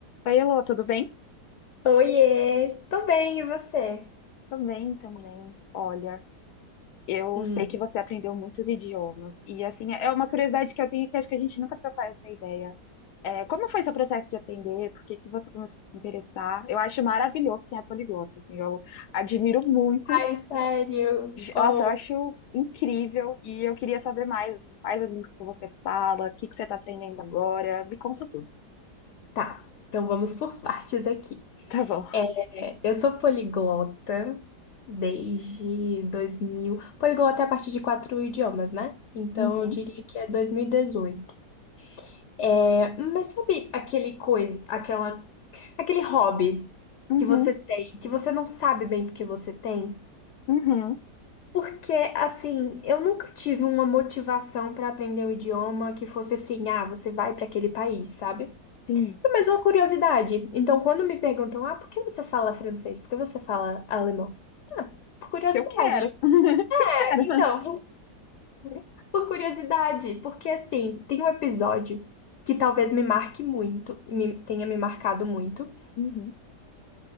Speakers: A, on the left; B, on the left.
A: Oi, Elô, tudo bem?
B: Oiê, tô bem, e você?
A: Tô bem também. Olha, eu
B: Hum,
A: sei que você aprendeu muitos idiomas. E assim, é uma curiosidade que eu tenho que acho que a gente nunca trocou essa ideia. É, como foi seu processo de aprender? Por que que você começou a se interessar? Eu acho maravilhoso quem é poliglota, assim, eu admiro muito.
B: Ai, sério? Oh.
A: Nossa, eu acho incrível. E eu queria saber mais, assim, quais as línguas que você fala, o que que você tá aprendendo agora. Me conta tudo. <laughs>
B: Tá, então vamos por partes aqui.
A: Tá bom.
B: É, eu sou poliglota desde 2000. Poliglota é a partir de quatro idiomas, né? Então
A: Uhum,
B: eu diria que é 2018. É, mas sabe aquele coisa, aquela, aquele hobby
A: uhum,
B: que você tem, que você não sabe bem porque você tem?
A: uhum.
B: Porque, assim, eu nunca tive uma motivação para aprender o idioma que fosse assim, ah, você vai para aquele país, sabe?
A: Sim,
B: É mais uma curiosidade. Então, quando me perguntam, ah, por que você fala francês? Por que você fala alemão? Por curiosidade.
A: eu quero. <laughs>
B: É,
A: Quero.
B: então, <laughs> por curiosidade, porque assim, tem um episódio que talvez me marque muito, me- tenha me marcado muito,
A: Uhum.